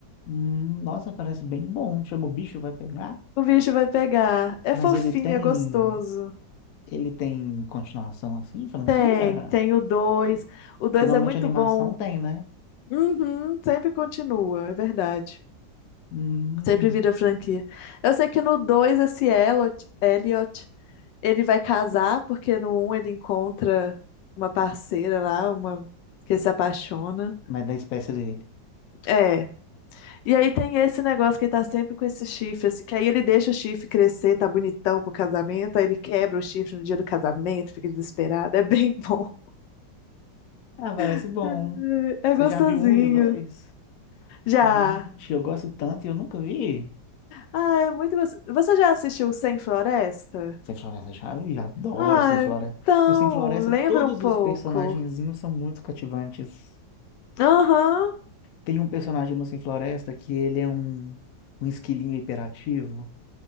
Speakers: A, on the left (about 65°); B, on the left (about 80°).
A: Hum. Nossa, parece bem bom. Chama o bicho, vai pegar.
B: O bicho vai pegar. É
A: Mas
B: fofinho,
A: ele tem.
B: é gostoso.
A: Ele tem continuação assim, franquia?
B: Tem, tem o 2. O 2
A: Que normalmente
B: é muito
A: animação
B: bom.
A: tem, né?
B: Uhum, sempre continua, é verdade.
A: Hum.
B: Sempre vira franquia. Eu sei que no 2 esse Elliot, Elliot, ele vai casar, porque no um ele encontra uma parceira lá, uma que ele se apaixona.
A: Mas da espécie dele.
B: É. E aí tem esse negócio que ele tá sempre com esse chifre, assim, que aí ele deixa o chifre crescer, tá bonitão pro casamento, aí ele quebra o chifre no dia do casamento, fica desesperado, <laughs> é bem bom.
A: Ah, parece
B: <laughs>
A: bom.
B: É
A: Você
B: gostosinho.
A: já viu um e o dois?
B: Já.
A: Gente, eu gosto tanto e eu nunca vi.
B: Ah, é muito gostoso. Você já assistiu Sem Floresta?
A: Sem Floresta já, e adoro
B: Ah,
A: Sem Floresta.
B: então,
A: O Sem Floresta,
B: lembra
A: todos
B: um pouco.
A: os personagenzinhos são muito cativantes.
B: Aham,
A: Tem um personagem no Sem Floresta que ele é um, um esquilinho hiperativo.